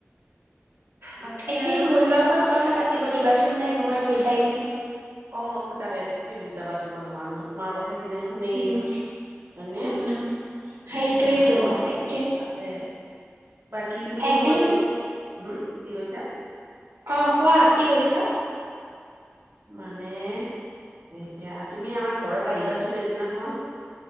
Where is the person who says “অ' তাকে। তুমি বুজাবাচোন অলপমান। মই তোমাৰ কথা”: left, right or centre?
Right